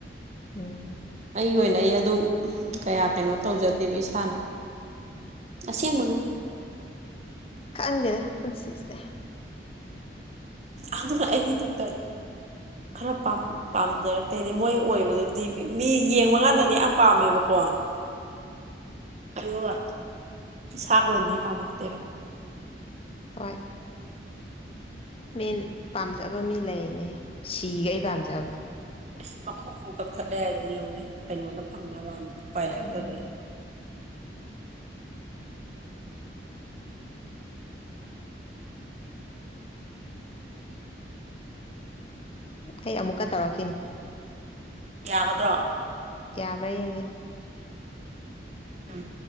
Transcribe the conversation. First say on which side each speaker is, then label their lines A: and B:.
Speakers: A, on the left (about 30°); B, on the right (about 40°).
A: ꯎꯝ
B: ꯑꯩꯒꯤ ꯑꯣꯏꯅ ꯑꯩ ꯑꯗꯨ ꯀꯌꯥ ꯀꯩꯅꯣ ꯇꯧꯖꯗꯦꯕ ꯏꯁꯥꯅ ꯑꯁꯦꯡ ꯃꯅꯣ
A: ꯈꯪꯍꯟꯗꯦꯔ ꯄꯨꯟꯁꯤꯁꯦ
B: ꯑꯗꯨꯗꯅꯗꯤ ꯇꯄꯦ ꯈꯔ ꯄꯥꯝꯖꯔꯛꯇꯦꯗꯤ ꯃꯣꯏ ꯑꯣꯏꯕꯗꯨꯗꯤ ꯃꯤ ꯌꯦꯡꯕꯀꯥꯟꯗꯗꯤ ꯌꯥꯝ ꯄꯥꯝꯃꯦꯕꯀꯣ
A: <unintelligible>
B: ꯑꯗꯨꯒ ꯁꯛ ꯑꯣꯏꯅꯥꯗꯤ ꯄꯝꯂꯛꯇꯦꯕꯥ
A: ꯍꯣꯏ ꯃꯦꯟ ꯄꯥꯝꯖꯕ ꯃꯤ ꯂꯩꯅꯦ ꯁꯤꯒ ꯑꯩ ꯄꯥꯝꯖꯕ
B: ꯑꯦ ꯃꯈꯣꯡ ꯀꯛꯊꯠꯂꯦ ꯍꯥꯏꯗꯨꯅꯦꯕꯅꯦ ꯀꯩꯅꯣꯟꯗ ꯐꯪꯅꯕ ꯎꯄꯥꯏ ꯂꯩꯔꯛꯇꯧꯗꯩ
A: ꯎꯝ ꯑꯩ ꯑꯃꯨꯛꯀ ꯇꯧꯔꯛꯈꯤꯅꯤ
B: ꯌꯥꯒꯗ꯭ꯔꯣ
A: ꯌꯥꯕ꯭ꯔꯥ ꯌꯦꯡꯉꯦ
B: ꯎꯝ